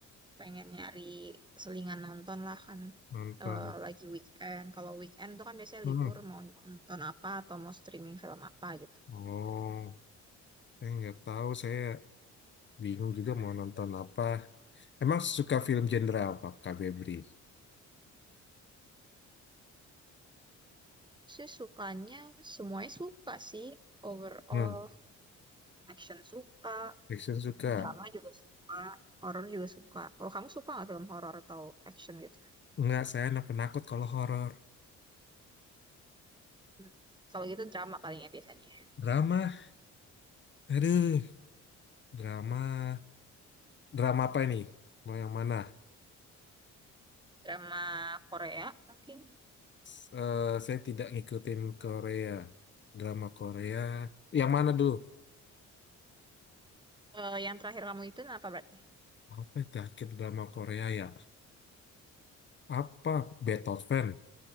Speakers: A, on the right (about 15°); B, on the left (about 40°).
A: Pengen nyari selingan nonton lah kan.
B: nonton.
A: Eh lagi weekend. Kalau weekend tuh kan biasanya
B: Hmm.
A: libur mau nonton apa atau mau streaming film apa gitu.
B: Oh, saya nggak tahu, saya bingung juga mau nonton apa. Emang suka film genre apa Kak Febri?
A: Sih sukanya semuanya suka sih. Overall
B: Hmm,
A: action suka,
B: fiction suka.
A: drama juga suka, horror juga suka. Kalau kamu suka nggak film horror atau action gitu?
B: Nggak, saya anak penakut kalau horor.
A: Hmm. Kalau gitu drama paling ya biasanya.
B: Drama, aduh, drama, drama apa ini? Mau yang mana?
A: Drama Korea mungkin.
B: S- eh, saya tidak ngikutin Korea, drama Korea. Yang mana dulu?
A: Eh, yang terakhir kamu itu apa berarti?
B: Apa ya terakhir drama Korea ya? Apa? Beethoven.